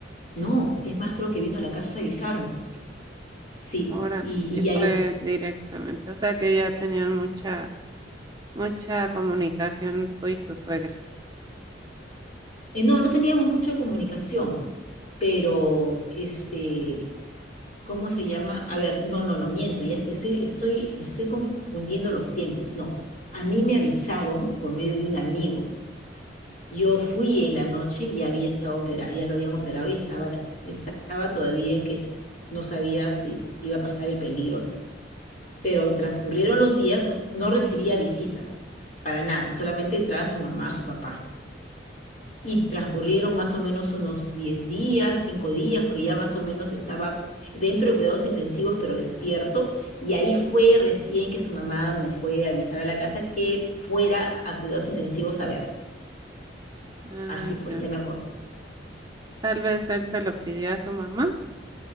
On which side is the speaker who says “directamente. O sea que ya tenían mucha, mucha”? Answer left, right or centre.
Right